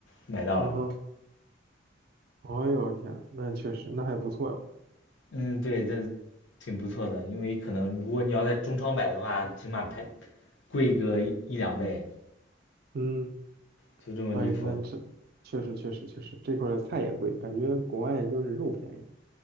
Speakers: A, on the left; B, on the right.
A: 买到了。
B: 嗯哼，哎呦我天，那确实，那还不错哟，
A: 嗯，对，这挺不错的，因为可能如果你要在中超买的话，起码排贵个一两倍，
B: 嗯。
A: 就这么离谱。
B: 哎，那这确实确实确实，这块儿菜也贵，感觉国外就是肉便宜。